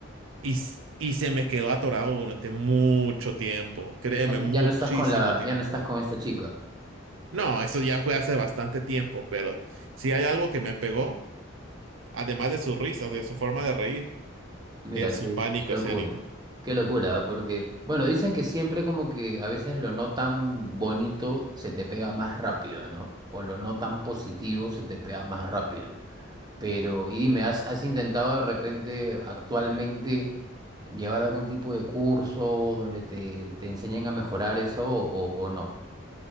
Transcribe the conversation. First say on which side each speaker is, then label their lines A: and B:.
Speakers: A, on the right; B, on the right.
A: Y, s- y se me quedó atorado durante mucho tiempo, créeme,
B: Ya,
A: muchísimo
B: ya no estás con la,
A: tiempo.
B: ya no estás con esta chica.
A: No, eso ya fue hace bastante tiempo, pero si hay algo que me pegó, además de sus risas, de su forma de reír,
B: Mira,
A: es
B: qué,
A: su pánico
B: qué locura,
A: escénico.
B: qué locura, ¿eh? porque, bueno, dicen que siempre como que a veces lo no tan bonito se te pega más rápido, ¿no? O lo no tan positivo se te pega más rápido. Pero, y dime, ¿has, has intentado de repente actualmente llevar algún tipo de curso donde te, te enseñen a mejorar eso o, o- o no?